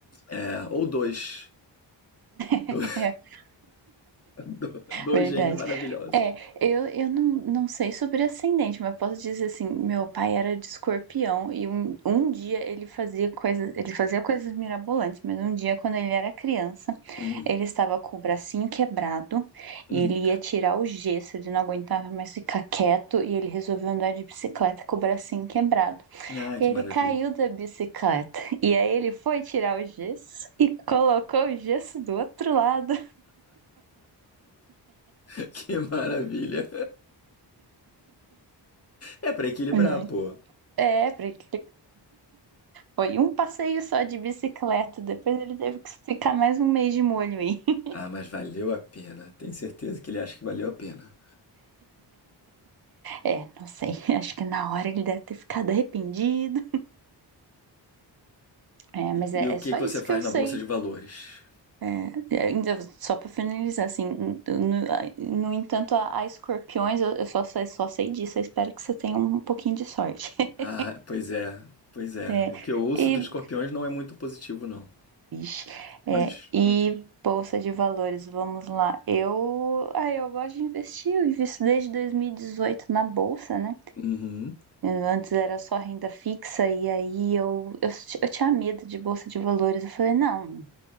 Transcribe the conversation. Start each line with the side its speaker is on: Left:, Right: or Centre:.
Left: É, ou dois.
Right: <laughs>
Left: Do- <laughs> Dois
Right: Verdade.
Left: gênios maravilhosos.
Right: É, eu, eu não, não sei sobre ascendente, mas posso dizer assim, meu pai era de escorpião e um, um dia ele fazia coisas, ele fazia coisas mirabolantes, mas um dia quando ele era criança,
Left: Hum,
Right: ele estava com o bracinho quebrado
Left: hum.
Right: e ele ia tirar o gesso, ele não aguentava mais ficar quieto e ele resolveu andar de bicicleta com o bracinho quebrado.
Left: Ah,
Right: E
Left: que
Right: ele
Left: maravilha.
Right: caiu da bicicleta e aí ele foi tirar o gesso e colocou o gesso do outro lado.
Left: <laughs> Que maravilha. É pra equilibrar,
Right: Né?
Left: pô.
Right: É, pra ele Foi um passeio só de bicicleta, depois ele teve que ficar mais um mês de molho aí. <laughs>
Left: Ah, mas valeu a pena. Tenho certeza que ele acha que valeu a pena.
Right: É, não sei, <laughs> acho que na hora ele deve ter ficado arrependido. É, mas
Left: E, e
Right: é,
Left: o
Right: é
Left: que
Right: só
Left: que
Right: isso
Left: você faz
Right: que eu
Left: na
Right: sei.
Left: bolsa de valores?
Right: É, é, ainda só pra finalizar, assim, no, no entanto, a, a escorpiões, eu, eu só, sei- só sei disso, eu espero que você tenha um pouquinho de sorte. <laughs>
Left: Ah, pois é, pois é.
Right: É,
Left: O que eu ouço
Right: e,
Left: dos escorpiões não é muito positivo, não.
Right: ixi, é,
Left: Mas,
Right: e bolsa de valores, vamos lá. Eu, ah, eu gosto de investir, eu invisto desde 2018 na bolsa, né?
Left: uhum.
Right: Eu- Antes era só renda fixa e aí eu, eu, ti- eu tinha medo de bolsa de valores. Eu falei, não,